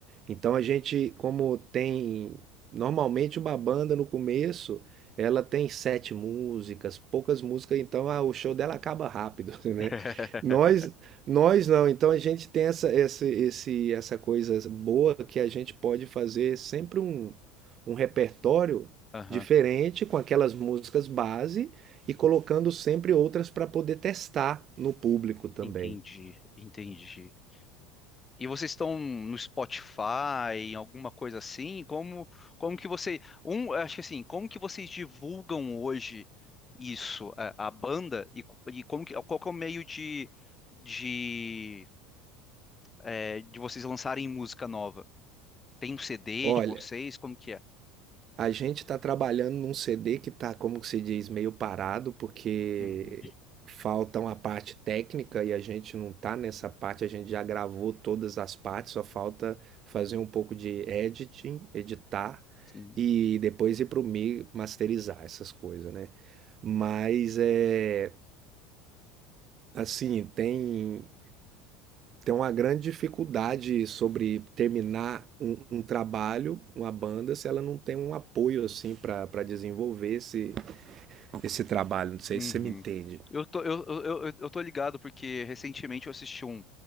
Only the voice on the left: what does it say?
<laughs>
Aham.
Entendi, entendi. E vocês estão no Spotify, em alguma coisa assim? Como, como que você, um, acho que assim, como que vocês divulgam hoje isso, a, a banda e, co- e como que, qual que é o meio de de, é, de vocês lançarem música nova? Tem um CD
de vocês? Como que é?
Uhum.
Sim.
Uhum.
Eu tô, eu, eu, eu, eu tô ligado porque recentemente eu assisti um.